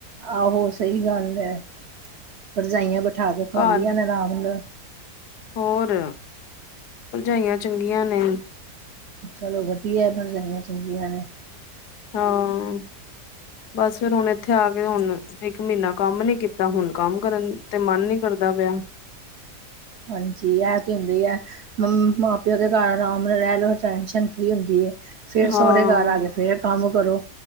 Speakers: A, on the right; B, on the left.
A: ਆਹੋ ਸਹੀ ਗੱਲ ਐ, ਪਰਜਾਈਆਂ ਬਿਠਾ ਕੇ ਖਵਾਉਂਦੀਆਂ
B: ਘਰ
A: ਨੇ ਆਰਾਮ ਨਾਲ।
B: ਹੋਰ ਪਰਜਾਈਆਂ ਚੰਗੀਆਂ ਨੇ,
A: ਚਲੋ ਵਧੀਆ ਪਰਜਾਈਆਂ ਚੰਗੀਆਂ ਨੇ,
B: ਹਾਂ--ਬਸ ਫੇਰ ਹੁਣ ਉੱਥੇ ਆ ਕੇ ਹੁਣ ਇੱਕ ਮਹੀਨਾ ਕੰਮ ਨੀ ਕੀਤਾ ਹੁਣ ਕੰਮ ਕਰਨ ਤੇ ਮਨ ਨੀ ਕਰਦਾ ਪਿਆ।
A: ਹਾਂਜੀ ਇਹ ਤੇ ਹੁੰਦਾ ਹੀ ਹੈ। ਮੰ ਮਾਂ ਪਿਓ ਦੇ ਘਰ ਆਰਾਮ ਨਾਲ ਰਹਿ ਲਓ ਟੈਨਸ਼ਨ ਫ੍ਰਰੀ ਹੁੰਦੀ ਹੈ। ਫਿਰ
B: ਹਾਂ
A: ਸਹੁਰੇ ਘਰ ਆ ਕੇ ਫੇਰ ਕੰਮ ਕਰੋ